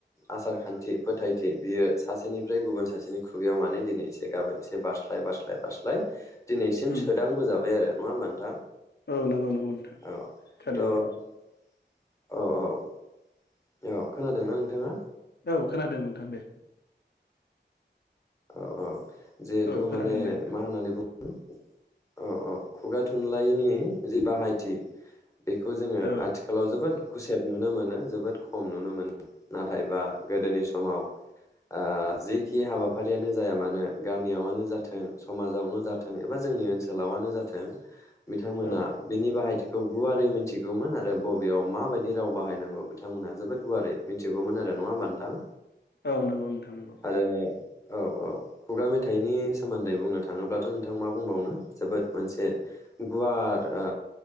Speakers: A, on the left; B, on the left.
A: आसार खान्थि फोथायथि बियो सासेनिफ्राय गुबुन सासेनि खुगायाव माने दिनै एसे गाबोन एसे बारस्लाय बारस्लाय बारस्लाय दिनैसिम
B: उम
A: सोदांबोजाबाय आरो नङा होनबा नोंथां?
B: औ नंगौ नंगौ नोंथां।
A: औ थ'
B: थारैनो
A: औ औ। औ खोनादोंना नोंथाङा?
B: औ खोनादों नोंथां दे।
A: औ औ। जिहेतु
B: औ खोनादों
A: माने
B: दे
A: मा होननानै बुं औ औ खुगा थुनलाइनि जि बाहायथि बेखौ जोङो
B: औ
A: आथिखालाव जोबोद गुसेब नुनो मोनो जोबोद खम नुनो मोनो नाथायबा गोदोनि समाव आ जिखि हाबा हाबाफारियानो जाया मानो गामियावनो जाथों समाजावनो जाथों एबा जोंनि ओनसोलावानो जाथों बिथांमोना
B: औ
A: बिनि बाहायथि खौ गुवारै मिथिगौमोन आरो बबेयाव माबायदि राव बाहायनांगौ बिथांमोनहा जोबोद गुवारै मिथिगौमोन आरो नङा होमबा नोंथां?
B: औ नंगौ नोंथां नंगौ।
A: आरो औ औ खुगा मेथाइनि सोमोन्दै बुंनो थाङोब्लाथ' नोंथां मा बुंबावनो जोबोद मोनसे गुवार ओ